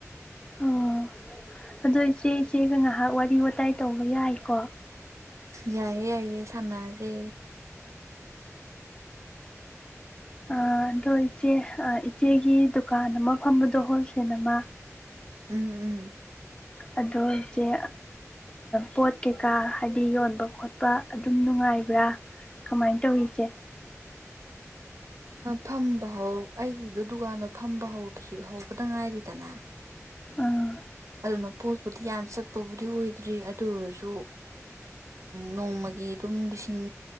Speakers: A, on the left (about 20°); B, on the right (about 70°).
A: ꯑꯣ ꯑꯗꯣ ꯏꯆꯦ ꯏꯆꯦꯒ ꯉꯥꯏꯍꯥꯛ ꯋꯥꯔꯤ ꯋꯥꯋꯇꯥꯏ ꯇꯧꯕ ꯌꯥꯏꯀꯣ
B: ꯌꯥꯏꯌꯦ ꯌꯥꯏꯌꯦꯦ ꯁꯥꯟꯅꯁꯦ
A: ꯑꯗꯣ ꯏꯆꯦ ꯏꯆꯦꯒꯤ ꯗꯨꯀꯥꯟ ꯑꯃ ꯐꯝꯕꯗꯣ ꯍꯣꯜꯁꯦꯜ ꯑꯃ
B: ꯎꯝ ꯎꯝ
A: ꯑꯗꯣ ꯆꯦ ꯄꯣꯠ ꯀꯩꯀꯥ ꯍꯥꯏꯗꯤ ꯌꯣꯟꯕ ꯈꯣꯠꯄ ꯑꯗꯨꯝ ꯅꯨꯡꯉꯥꯏꯕ꯭ꯔꯥ ꯀꯃꯥꯏꯅ ꯇꯧꯔꯤꯁꯦ
B: ꯐꯝꯕ ꯍꯧ ꯑꯩꯒꯤꯗꯨ ꯗꯨꯀꯥꯟꯗꯣ ꯐꯝꯕ ꯍꯧꯗꯁꯤ ꯍꯧꯕꯗ ꯉꯥꯏꯔꯤꯗꯅ
A: ꯑꯥ
B: ꯑꯗꯨꯅ ꯄꯣꯠꯄꯨꯗꯤ ꯌꯥꯝ ꯆꯠꯄꯕꯨꯗꯤ ꯑꯣꯏꯗ꯭ꯔꯤ ꯑꯗꯨ ꯑꯣꯏꯔꯁꯨ ꯅꯣꯡꯃꯒꯤ ꯑꯗꯨꯝ ꯂꯤꯁꯤꯡ